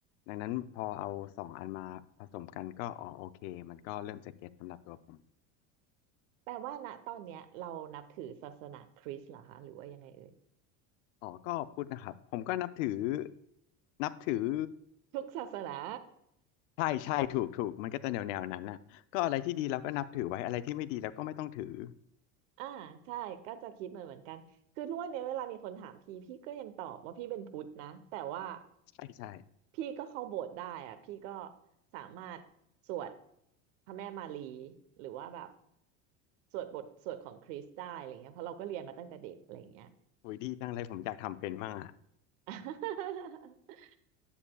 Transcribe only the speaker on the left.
ดังนั้นพอเอาสองอันมาผสมกันก็อ๋อโอเคมันก็เริ่มจะเก็ตสำหรับตัวผม
อ๋อก็พุทธนะครับผมก็นับถือนับถือ
ใช่ใช่ถูกถูกมันก็จะแนวแนวนั้นน่ะก็อะไรที่ดีเราก็นับถือไว้อะไรที่ไม่ดีเราก็ไม่ต้องถือ
ใช่ใช่
โอ้ยดีจังเลยผมอยากทำเป็นมากอะ